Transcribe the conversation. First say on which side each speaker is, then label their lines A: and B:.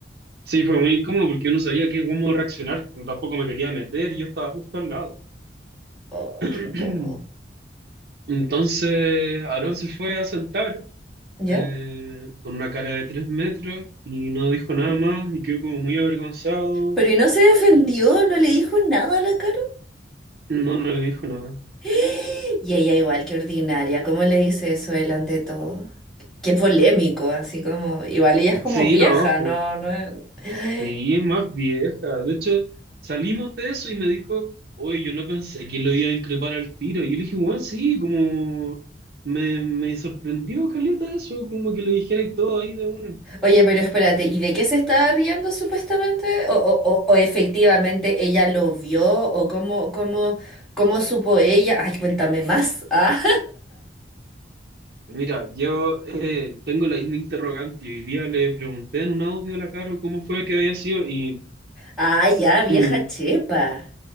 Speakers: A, on the right; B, in the centre.
A: sí, fue muy incómodo porque yo no sabía qué, cómo reaccionar, tampoco me quería meter, y yo estaba justo al lado.
B: ¡Ay,
A: <clears throat>
B: qué incómodo!
A: Entonces Aarón se fue a sentar
B: ¿Ya?
A: eh, con una cara de tres metros y no dijo nada más y quedó como muy avergonzado
B: Pero ¿y no se defendió?
A: y
B: ¿No le dijo nada a la Caro?
A: no, no le dijo nada.
B: <gasps> Y ella igual que ordinaria, ¿cómo le dice eso delante de todo? Qué polémico, así como... Igual ella es como
A: Sí,
B: vieja,
A: no, fu-
B: no, no... es- <gasps>
A: sí, es más vieja. De hecho, salimos de eso y me dijo, oye, yo no pensé que lo iba a increpar al tiro. Y yo le dije, bueno, sí, como me, me sorprendió, Caleta, eso, como que le dijera y todo ahí de una.
B: <sighs> Oye, pero espérate, ¿y de qué se estaba riendo supuestamente? ¿O, o- o- o efectivamente ella lo vio? ¿O cómo, cómo, cómo supo ella? Ay, cuéntame más. <laughs> Ah,
A: Mira, yo eh, tengo la misma interrogante y hoy día le pregunté en un audio a la Caro cómo fue que había sido y
B: Ah, ya, vieja
A: mm,
B: chepa.